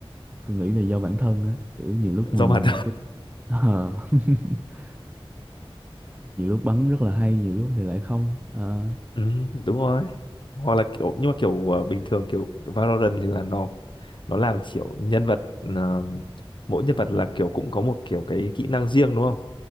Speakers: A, on the right; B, on the left.
A: tôi nghĩ là do bản thân á. Kiểu nhiều lúc
B: do
A: mình...
B: bản
A: cái Ờ, <laughs> nhiều lúc bắn rất là hay, nhiều lúc thì lại không. Ờ,
B: Ừ, đúng rồi. Hoặc là kiểu nhưng mà kiểu ờ, bình thường kiểu Valorant thì là nó nó làm kiểu nhân vật ờ, mỗi nhân vật là kiểu cũng có một kiểu cái kỹ năng riêng đúng không?